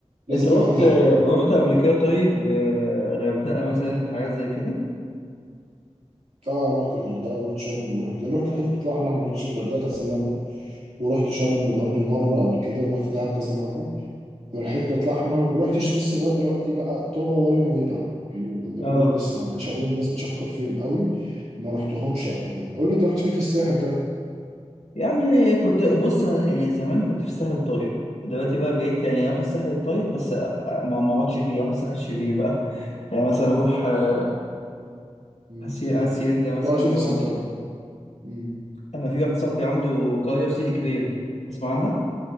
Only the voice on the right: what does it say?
لازم
تروح دهب
اه رحت الغردقه ورحت شرم ورحت رحت الحته بتطلع احلى ما رحتش الغردقه كذا مره ورحت شرم برضو مرة قبل كده ورحت دهب كذا مرة فالحتة بتاعت الأحمر ما رحتش لسه لغاية دلوقتي بقى طابة ولا نويبع يعني دول
برضو لسه ما عدتش عليهم الناس بتشكر فيهم قوي ما رحتهمش قبل كده قول لي أنت رحت فين في الساحل طيب؟
مم.
تقعد فين في
الساحل طيب؟ مم.